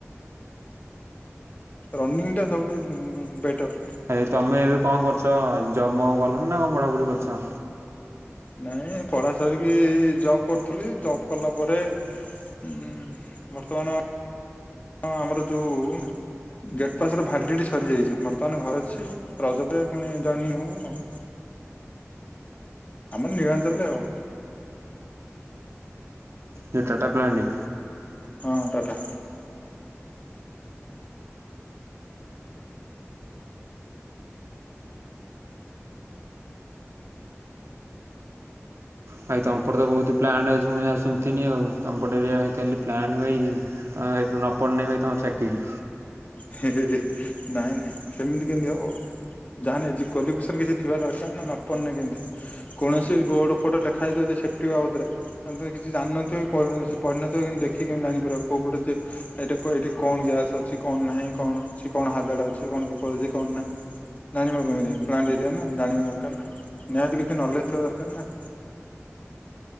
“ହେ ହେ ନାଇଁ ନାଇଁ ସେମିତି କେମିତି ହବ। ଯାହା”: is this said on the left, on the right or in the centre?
Left